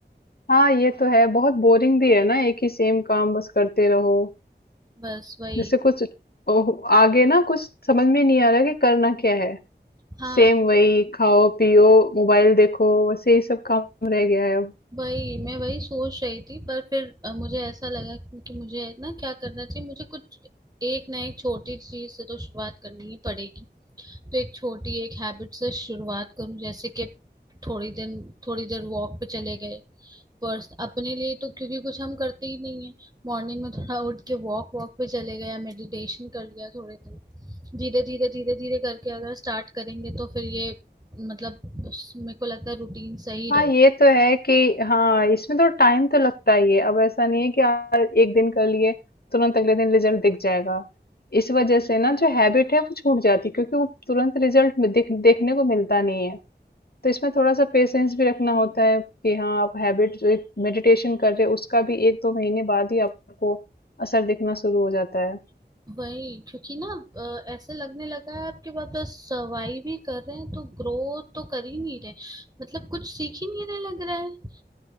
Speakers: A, on the left (about 60°); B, on the right (about 20°).
A: हाँ, ये तो है। बहुत बोरिंग भी है ना, एक ही सेम काम बस करते रहो।
B: बस वही
A: जैसे कुछ ओह, आगे ना कुछ समझ में नहीं आ रहा कि करना क्या है।
B: हाँ
A: सेम वही खाओ, पियो, मोबाइल देखो, वैसे ही सब काम रह गया है अब।
B: वही मैं वही सोच रही थी पर फिर अ, मुझे ऐसा लगा कि कि मुझे ना क्या करना चाहिए मुझे कुछ एक ना एक छोटी चीज से तो शुरुआत करनी ही पड़ेगी तो एक छोटी एक हैबिट से शुरुआत करूं जैसे कि थोड़ी दिन थोड़ी देर वॉक पे चले गए पर्स अपने लिए तो क्योंकि कुछ हम करते ही नहीं है मॉर्निंग में थोड़ा उठ के वॉक वॉक पे चले गए या मेडिटेशन कर लिया थोड़े दिन धीरे धीरे धीरे धीरे करके अगर स्टार्ट करेंगे तो फिर ये मतलब उस- मेरे को लगता है रूटीन सही
A: हाँ
B: रहे।
A: ये तो है कि हाँ इसमें तो टाइम तो लगता ही है अब ऐसा नहीं है कि यार एक दिन कर लिए तुरंत अगले दिन रिजल्ट दिख जाएगा इस वजह से ना जो हैबिट है वो छूट जाती है क्योंकि वो तुरंत रिजल्ट दिख, देखने को मिलता नहीं है तो इसमें थोड़ा सा पेशेंस भी रखना होता है कि हाँ आप हैबिट जो मेडिटेशन कर रहे हो उसका भी एक दो महीने बाद ही आपको असर दिखना शुरू हो जाता है
B: वही क्योंकि ना अ, ऐसे लगने लगा है आपके पास बस सर्वाइव ही कर रहे हैं तो ग्रोथ तो कर ही नहीं रहे मतलब कुछ सीख ही नहीं रहे लग रहा है